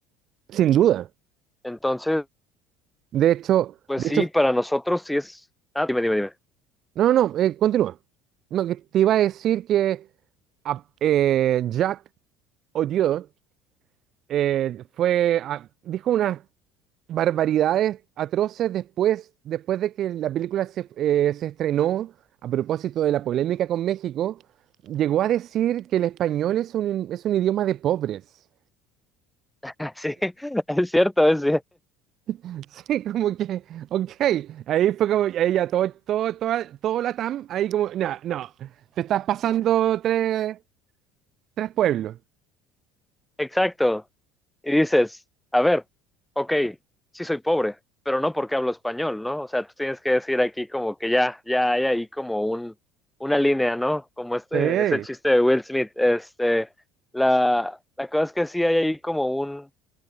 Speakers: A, on the right; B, in the centre.
A: Sin duda.
B: Entonces,
A: De hecho,
B: pues
A: de
B: sí,
A: hecho,
B: para nosotros sí es... Ah, dime, dime, dime.
A: no, no, no, eh, continúa. No, que te iba a decir que a- eh, Jacques Odiot eh, fue, a- dijo unas barbaridades atroces después, después de que la película se, eh, se estrenó a propósito de la polémica con México. Llegó a decir que el español es un, es un idioma de pobres.
B: <laughs> Sí, es cierto, es,
A: <laughs> Sí, como que, ok, ahí fue como, ahí ya todo, todo, toda, todo la TAM, ahí como, no, no, te estás pasando tres, tres pueblos.
B: Exacto. Y dices, a ver, ok, sí soy pobre, pero no porque hablo español, ¿no? O sea, tú tienes que decir aquí como que ya, ya hay ahí como un, una línea, ¿no? Como este,
A: Sí,
B: ese chiste de Will Smith. Este, la, la cosa es que sí hay ahí como un,